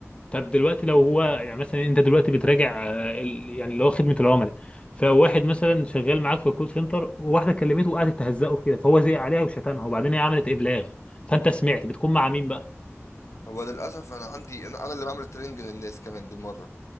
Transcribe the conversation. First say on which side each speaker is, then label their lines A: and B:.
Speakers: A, on the left; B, on the left.
A: طب دلوقتي لو هو يعني مثلا انت دلوقتي بتراجع آه، ال- يعني اللي هو خدمه العملاء فواحد مثلا شغال معاك في الكول سنتر وواحده كلمته وقعدت تهزقه في كده فهو زعق عليها وشتمها وبعدين هي عملت ابلاغ فانت سمعت بتكون مع مين بقى؟
B: هو للاسف انا عندي انا أنا اللي بعمل التريننج للناس كمان بالمره